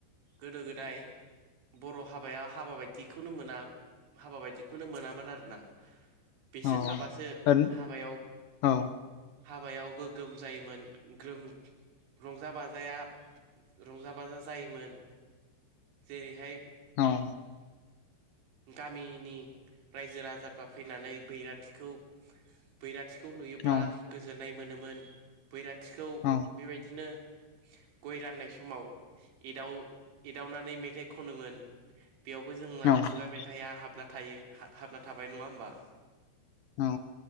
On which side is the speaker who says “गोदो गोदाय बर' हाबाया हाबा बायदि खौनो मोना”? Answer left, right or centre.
Right